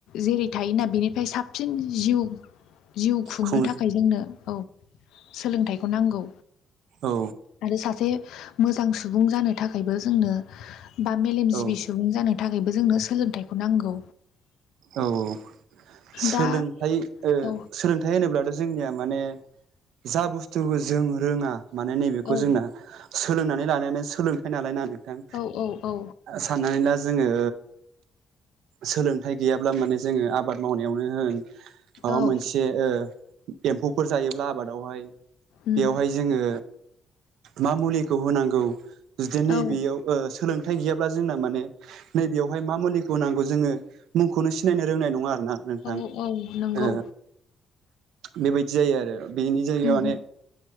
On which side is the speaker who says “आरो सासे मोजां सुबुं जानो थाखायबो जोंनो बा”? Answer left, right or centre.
Left